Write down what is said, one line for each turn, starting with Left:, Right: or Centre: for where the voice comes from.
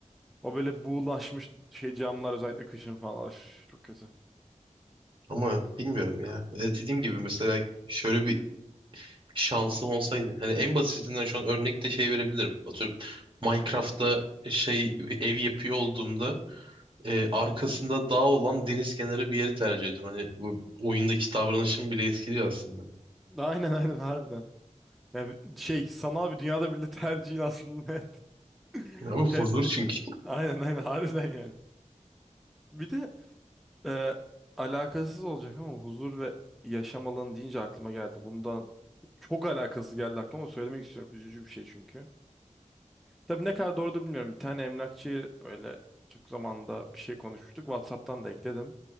Centre: o böyle buğulaşmış şey camlar özellikle kışın falan Üf, çok kötü.
Right: Ama bilmiyorum ya. E, dediğim gibi mesela şöyle bir şansım olsaydı. Hani en basitinden şu an örnek de şey verebilirim. Atıyorum Minecraft'ta şey bir ev yapıyor olduğumda e, arkasında dağ olan deniz kenarı bir yeri tercih ediyorum. Hani bu oyundaki davranışım bile etkiliyor aslında.
Centre: Aynen aynen harbiden. Yani şey sanal bir dünyada bile tercihin aslında <laughs> net.
Right: Ya bu huzur
Centre: Hep
Right: çünkü.
Centre: aynen aynen harbiden yani. Bir de Ee, alakasız olacak ama huzur ve yaşam alanı deyince aklıma geldi. Bundan çok alakasız geldi aklıma ama söylemek istiyorum. Üzücü bir şey çünkü. Tabii ne kadar doğru da bilmiyorum. Bir tane emlakçıyı böyle çok zamanda bir şey konuşmuştuk. WhatsApp'tan da ekledim.